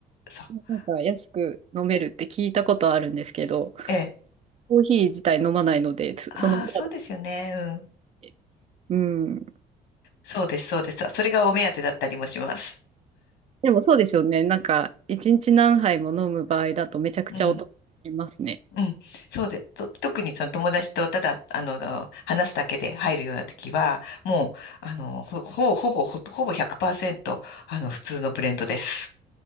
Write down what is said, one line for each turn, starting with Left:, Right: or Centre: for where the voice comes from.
Left: そう。
Right: なんか安く飲めるって聞いたことあるんですけど、
Left: ええ。
Right: コーヒー自体飲まないので、つそのサービス
Left: ああ、そうですよね。うん。
Right: でうん。
Left: そうです、そうです。それがお目当てだったりもします。
Right: でもそうですよね。なんか、一日何杯も飲む場合だとめちゃくちゃお得になりますね。
Left: うん。うん。そうで、と、特にその友達とただ、あの、話すだけで入るような時は、もう、あの、ほ、ほぼ、ほぼ、ほほぼ100%、あの、普通のブレンドです。